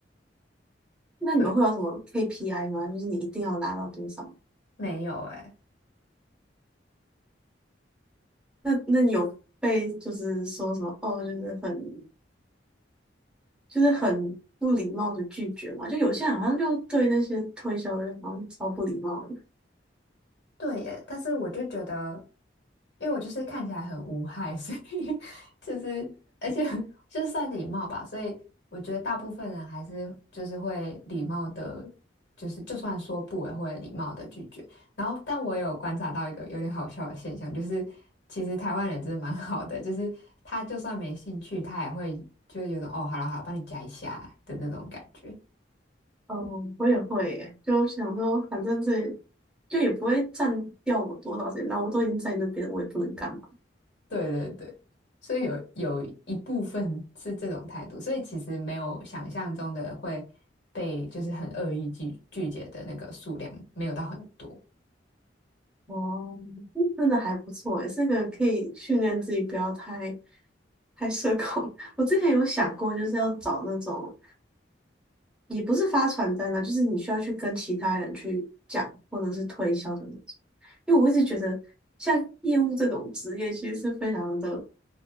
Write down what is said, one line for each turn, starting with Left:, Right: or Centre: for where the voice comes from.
Centre: 那你们会有什么
Left: 对，
Centre: KPI 吗？就是你一定要拉到多少？
Left: 没有诶、
Centre: 那那你有被就是说什么哦，就是很就是很不礼貌的拒绝嘛？就有些人好像就对那些推销的人好像超不礼貌的。
Left: 对耶，但是我就觉得，因为我就是看起来很无害，所以 <laughs> 就是而且就算礼貌吧，所以我觉得大部分人还是就是会礼貌的，就是就算说不也会礼貌的拒绝。然后，但我有观察到一个有点好笑的现象，就是其实台湾人真的蛮 <laughs> 好的，就是他就算没兴趣，他也会就是有种哦，好了好了，帮你加一下的那种感觉。
Centre: 嗯，我也会耶，就想说，反正这就也不会占掉我多少时间，那我都已经在那边了，我也不能干嘛。
Left: 对对对，所以有有一部分是这种态度，所以其实没有想象中的会被就是很恶意拒拒绝的那个数量没有到很多，
Centre: 哦，嗯真的还不错诶，这个可以训练自己不要太太社恐。<laughs> 我之前有想过，就是要找那种也不是发传单啦，就是你需要去跟其他人去讲，或者是推销的那种。因为我一直觉得，像业务这种职业，其实是非常的，